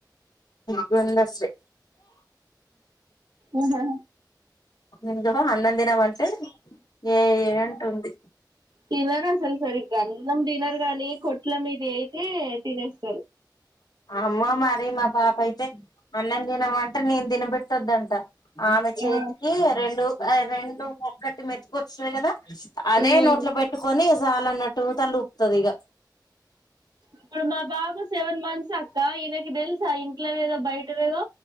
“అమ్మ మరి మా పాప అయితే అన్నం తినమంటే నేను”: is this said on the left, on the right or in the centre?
Left